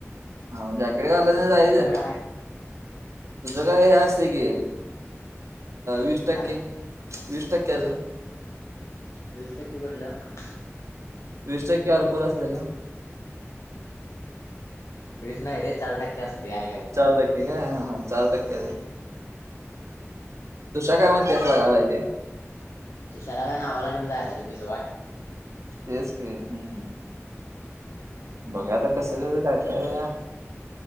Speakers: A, on the right; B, on the left.
A: हा म जॅकेट घालायचा आणि जायचं.
B: आहे
A: तिथ काय हे असतं की वीस टक्के
B: काय
A: वीस टक्के तेज
B: वीस टक्के भरल्यावर
A: वीस टक्के अल्कहोल असलेला.
B: मीच नाही रे चार टक्के असते ऐकाय
A: चार टक्के काय हा हा चार टक्क्याच तुशाख मंत न बड इे
B: तुष्याला काय नावाला घेऊन जाय त रे भिजवाय
A: तेच के हम् बघा आता कसं कस काय काय